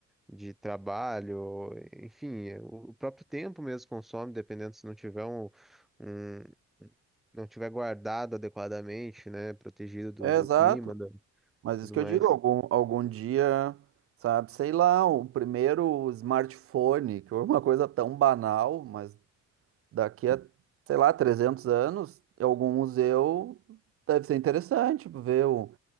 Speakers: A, in the centre; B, on the right.
A: de trabalho, enfim, eh, o o próprio tempo mesmo consome, dependendo se não tiver um, um- não tiver guardado adequadamente, né, protegido do,
B: é
A: do
B: exato,
A: clima, da-
B: mas
A: tudo
B: isso que
A: mais.
B: eu digo, algum, algum dia, sabe, sei lá, o primeiro smartphone, que é uma coisa tão banal, mas Daqui a, sei lá, 300 anos, em algum museu deve ser interessante, tipo, ver o...